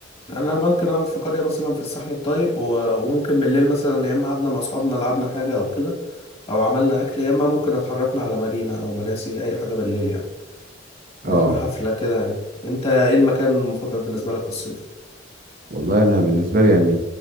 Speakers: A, on the left; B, on the right.
A: انا ممكن اقعد في قريه مثلا في الساحل الطيب و- وممكن بالليل مثلا يا اما قعدنا مع اصحابنا لعبنا حاجه او كده او عملنا اكل يا اما ممكن اتحركنا على مارينا او مراسي اي حاجه بالليل يعني
B: اه
A: رحنا حفله كده يعني انت ايه المكان المفضل بالنسبه لك في الصيف
B: والله انا بالنسبة لي يعني